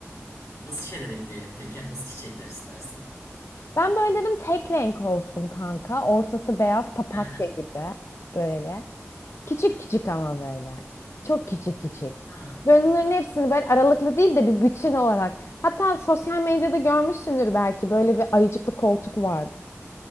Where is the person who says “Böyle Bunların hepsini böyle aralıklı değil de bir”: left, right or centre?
Left